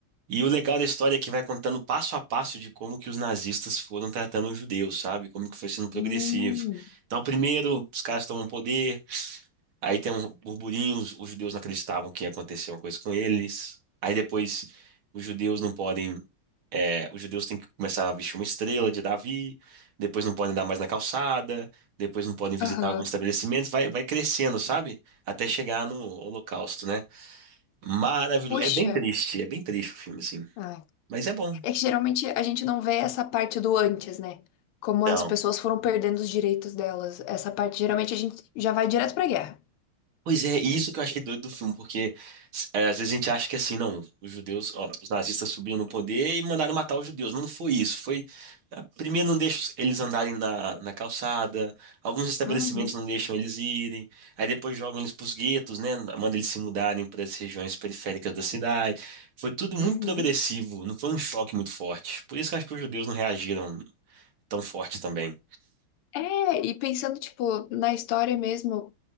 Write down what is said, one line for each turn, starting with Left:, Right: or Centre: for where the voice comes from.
Right: E o legal da história é que vai contando passo a passo de como que os nazistas foram tratando os judeus, sabe? Como que foi sendo progressivo.
Left: Hum,
Right: Então, primeiro, os caras tomam poder, aí tem um burburinho, os, os judeus não acreditavam que ia acontecer uma coisa com eles. Aí depois, os judeus não podem, é, os judeus têm que começar a vestir uma estrela de Davi, depois não podem andar mais na calçada, depois não podem visitar
Left: Aham.
Right: alguns estabelecimentos, vai, vai crescendo, sabe? Até chegar no Holocausto, né? Maravilhoso.
Left: Puxa.
Right: É bem triste, é bem triste o filme, assim.
Left: Ah,
Right: Mas é bom.
Left: É que geralmente a gente não vê essa parte do antes, né? Como
Right: Não.
Left: as pessoas foram perdendo os direitos delas. Essa parte, geralmente, a gente já vai direto pra guerra.
Right: Pois é, e isso que eu achei doido do filme, porque é, às vezes a gente acha que assim, não, os judeus, ó, os nazistas subiram no poder e mandaram matar os judeus, mas não foi isso, foi, ah, primeiro não deixam eles andarem na, na calçada, alguns estabelecimentos
Left: Uhum,
Right: não deixam eles irem, aí depois jogam eles pros guetos, né, manda eles se mudarem para as regiões periféricas da cidade, foi tudo muito
Left: uhum.
Right: progressivo, não foi um choque muito forte, por isso que eu acho que os judeus não reagiram tão forte também,
Left: É, e pensando, tipo, na história mesmo.